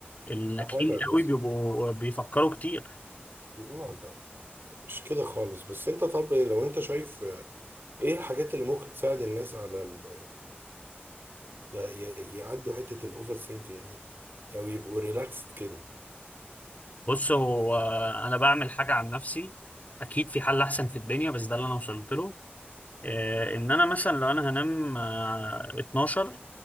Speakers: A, on the left; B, on the right.
A: الناجحين
B: حالة بس
A: قوي بيبقوا بيفكروا كتير
B: لا لا، مش كده خالص بس أنت طب لو أنت شايف إيه الحاجات اللي ممكن تساعد الناس على ال... ي- ي- يعدوا حتة الأوفر ثينكينج دي أو يبقوا ريلاكسد كده
A: بص هو انا بعمل حاجة عن نفسي اكيد في حل احسن في الدنيا بس ده اللي انا وصلت له اه، ان انا مثلا لو انا هنام اه، 12